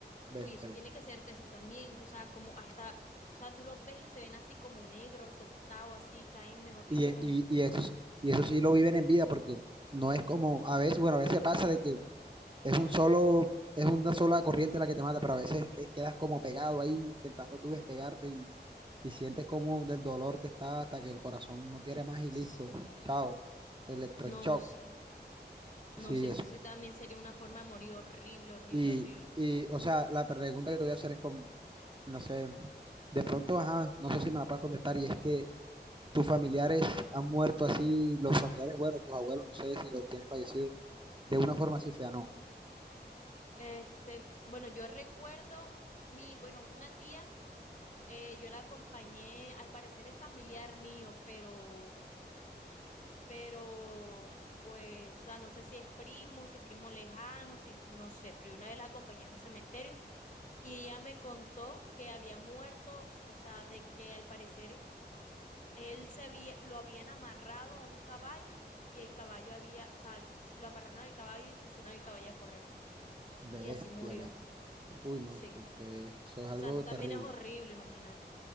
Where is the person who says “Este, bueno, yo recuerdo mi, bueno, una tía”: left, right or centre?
Left